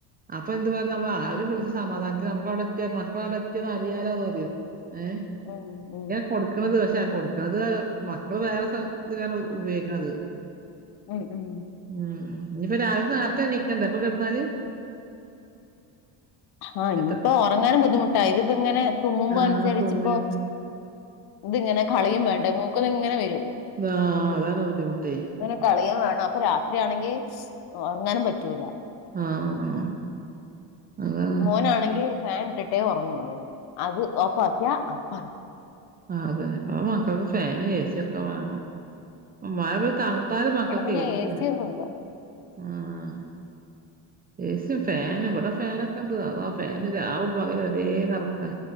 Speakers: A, on the right (about 20°); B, on the left (about 50°).
A: അപ്പൊ എന്ത് പറയ നമ്മ ആ ഒരു വിളിച്ച സമാധാനത്തി നമക്ക് അവിടെ എയ മക്കളവിടെ എത്തിയെന്നു അറിയാലോന്ന്റിയും. ഏ
B: ഓ ഓ
A: കൊടുക്കണത് പക്ഷെ കൊടുക്കണത് മക്കള് വേറെ സ്ഥലതിലാണ് ഉപയോഗിക്കണത്.
B: ഉം ഉം
A: ഉം ഇഞ്ഞിപ്പ രാവിലെ നേരത്തെ എണ്ണീക്കണ്ടേ ഇപ്പൊ കിടന്നാല്.
B: ആഹ ഇനിയിപ്പോ
A: എത്ര
B: ഉറങ്ങാനും ബുദ്ധിമുട്ടാ ഇതിപ്പോ ഇങ്ങനെ തുമ്മുമ്പോ
A: ആഹ്
B: അനുസരിച്ചിപ്പോ.. ഇതിങ്ങനെ കളിയും വേണ്ട മൂക്കൊന്ന് ഇങ്ങനെ വരും
A: ആഹ അതാണ് ബുദ്ധിമുട്ടി
B: അങ്ങനെ കളിയൻ വേണം അപ്പൊ രാത്രിയാണെങ്കി ഉറങ്ങാനും പറ്റൂല.
A: ആഹ ആഹ് അതാണ്.
B: മോനാണെങ്കിൽ ഫാൻ ഇട്ടിട്ടേ ഉറങ്ങുള്ളൂ അത് ഓഫ് ആക്കിയ അ പറ..
A: ആ അതെ അ മക്കൾക്ക് ഫാനും എ സിയക്കെ വേണം മഴെ പോയി ത.. തലും മക്കൾക്ക
B: ഇവിടെ പിന്നെ
A: ഏസി
B: എ
A: വേണം
B: സി ഒന്നും ഇല്ല
A: ആഹ ഏ സിയും ഫാനും ഇവിടെ ഫാനൊക്കെ ഉണ്ട്തോ ആ ഫാന് രാവും പകരം ഒരേ കറക്കാ..